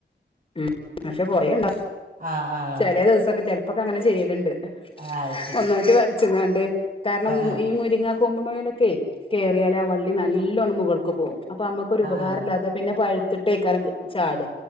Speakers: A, on the left; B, on the right.
A: ഉം പക്ഷെ കുറേ ഉണ്ട്
B: ആഹ് ആഹ്
A: ചെല ദിവസൊക്കെ ചെലപ്പൊക്കെങ്ങെ ചെയ്യലുണ്ട്
B: ആഹ്
A: ഒന്നായിട്ട് വലിച്ചങ്ങാണ്ട് കാരണം
B: ആ
A: ഈ മുരിങ്ങ കൊമ്പ്മേലൊക്കെ കയറിയാല് ആ വള്ളി നനീ ണ് മുകൾക്ക് പോകും അപ്പൊ നമ്മുക്ക ഒരുരു ഉപകാരമല്ലാതെ
B: ആ ആ
A: പിന്നെ പഴുത്തിട്ട് എയ്ക്കാരം ചാട